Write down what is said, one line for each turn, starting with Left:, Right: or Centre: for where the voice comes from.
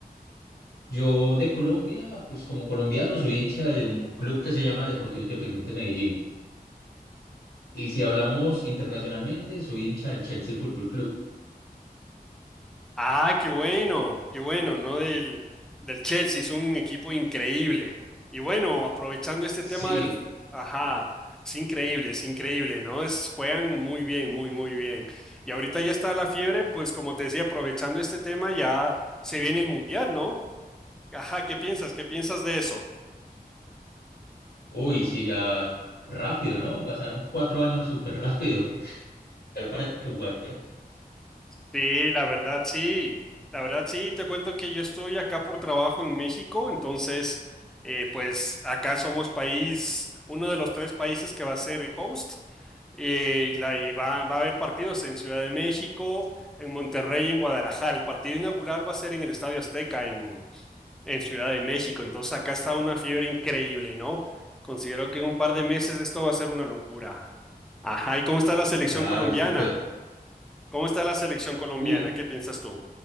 Left: Yo de Colombia, pues como colombiano soy hincha de un club que se llama Deportivo Independiente Medellín. Y si hablamos internacionalmente, soy hincha del Chelsea Fútbol Club.
Centre: Ah, qué bueno, qué bueno, ¿no? Del, del Chelsea, es un equipo increíble. Y bueno, aprovechando este
Left: Sí,
Centre: tema del... Ajá, es increíble, es increíble, ¿no? Es, juegan muy bien, muy, muy bien. Y ahorita ya está la fiebre, pues como te decía, aprovechando este tema, ya se viene el Mundial, ¿no? Ajá, ¿qué piensas? ¿Qué piensas de eso?
Left: uy, sí, ya rápido, ¿no? Pasaron cuatro años súper rápido. <laughs> Al parecer que fue ayer.
Centre: Sí, la verdad sí, la verdad sí, te cuento que yo estoy acá por trabajo en México, entonces eh, pues acá somos país, uno de los tres países que va a ser host eh, y, la, y va, va a haber partidos en Ciudad de México, en Monterrey y en Guadalajara. El partido inaugural va a ser en el Estadio Azteca en, en Ciudad de México, entonces acá está una fiebre increíble, ¿no? Considero que en un par de meses esto va a ser una locura. Ajá, ¿y cómo está la selección
Left: Claro,
Centre: colombiana?
Left: súper.
Centre: ¿Cómo está la selección colombiana?
Left: Uy, la-
Centre: ¿Qué piensas tú?